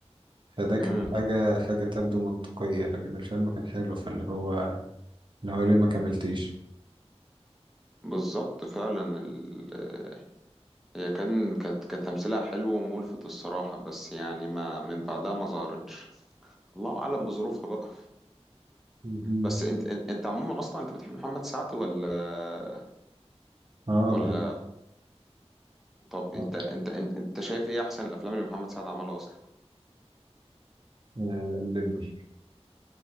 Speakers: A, on the right; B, in the centre.
A: فده كانت
B: امم
A: حاجة حاجة تبدو منطقية لكن الفيلم كان حلو فاللي هو اللي هو ليه ما كملتيش
B: بالظبط فعلا ال... هي كان كانت كانت تمثيلها حلو وملفت الصراحة بس يعني ما من بعدها ما ظهرتش الله اعلم بظروفها بقى
A: مهم.
B: بس انت انت عموما اصلا انت بتحب محمد سعد ولا
A: اه
B: ولا
A: بحب
B: طب انت
A: آه.
B: انت انت انت شايف ايه احسن الافلام اللي محمد سعد عملها اصلا
A: آه، الليمبي